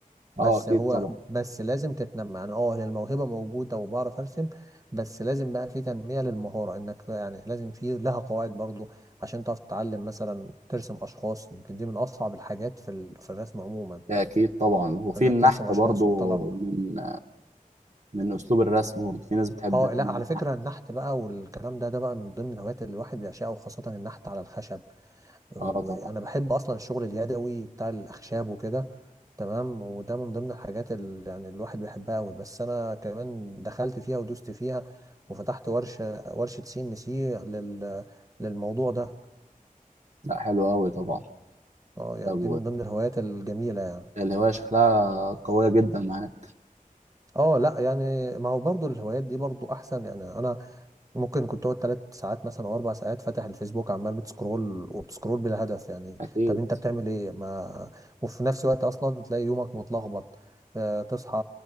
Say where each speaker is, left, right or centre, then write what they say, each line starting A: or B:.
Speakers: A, on the right; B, on the right.
A: بس
B: اه اكيد
A: هو
B: طبعا
A: بس لازم تتنمى يعني اه هي الموهبة موجودة وبعرف أرسم بس لازم بقى في تنمية للمهارة إنك يعني لازم في لها قواعد برضو عشان تعرف تتعلم مثلا ترسم أشخاص يمكن دي من أصعب الحاجات في ال- في الرسم عموما
B: اكيد طبعا وفي
A: إنك
B: النحت
A: ترسم أشخاص
B: برضو
A: وتطلع
B: من من اسلوب الرسم برضو في ناس بتحب
A: اه
B: النحت
A: لا على فكرة النحت بقى والكلام ده ده بقى من ضمن الهوايات اللي الواحد بيعشقها وخاصة النحت على الخشب وانا
B: اه طبعا
A: بحب اصلا الشغل اليدوي بتاع الاخشاب وكده تمام وده من ضمن الحاجات اللي يعني الواحد بيحبها قوي بس انا كمان دخلت فيها ودوست فيها وفتحت ورشه ورشه سي ان سي لل للموضوع ده
B: لا حلو قوي طبعا
A: اه يعني
B: طب
A: دي من ضمن الهوايات الجميله يعني
B: الهوايه شكلها قويه جدا معاك
A: اه لا يعني ما هو برضو الهوايات دي برضو احسن يعني انا ممكن كنت تقعد ثلاث ساعات مثلا او اربع ساعات فاتح الفيسبوك عمال بتسكرول وبتسكرول بلا هدف يعني
B: اكيد
A: طب انت بتعمل ايه ما وفي نفس الوقت اصلا تلاقي يومك متلخبط آه تصحى